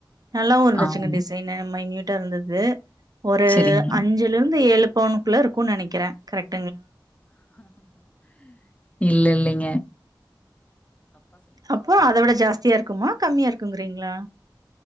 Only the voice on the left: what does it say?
ஆமா
சரிங்க
இல்ல இல்லிங்க